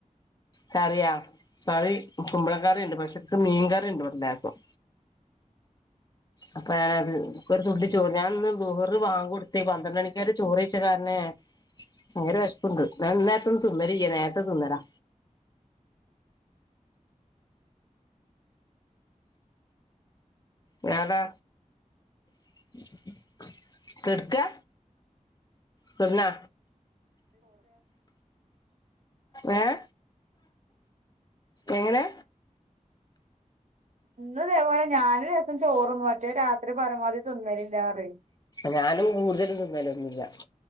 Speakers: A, on the left; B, on the right.
A: കറിയാ കറി കുമ്പളക്കറുണ്ട് പക്ഷേക്ക് മീൻകറിിയുണ്ട് ഇവിടെ ലേസം അപ്പൊ ഞാനത് ഒരു തുള്ളി ചോറ് ഞാനന്ന് ളുഹറ് ബാങ്ക് കൊടുത്തി പന്ത്രണ്ട് മണിക്കര് ചോറ് കഴിച്ച കാരന ഭയര വിശപ്പുണ്ട് ഞാൻ ഇന്നരത്ത നിന്നണില്യ നേരത്തെ തിന്ന താ ഞതാ <inaudible> കെട്ക്കാ കെട്ന്നാ ഏഹ എങ്ങനെ
B: ഇന്ന്തേപോലെ ഞാന ലേശം ചോറന്നു മറ്റേ രാത്രി പരമാവധി തിന്നലില്ലതെ
A: ഞാനും കൂടുതലും തിന്നലൊന്നുമില്ല